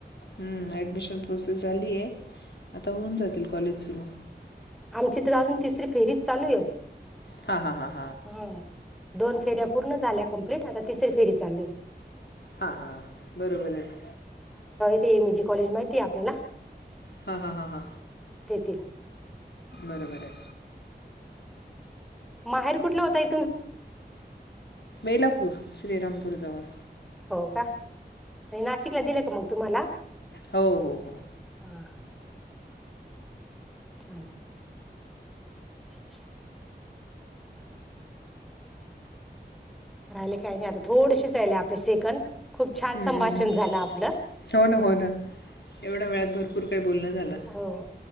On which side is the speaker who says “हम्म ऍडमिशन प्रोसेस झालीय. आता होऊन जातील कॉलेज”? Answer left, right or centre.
Left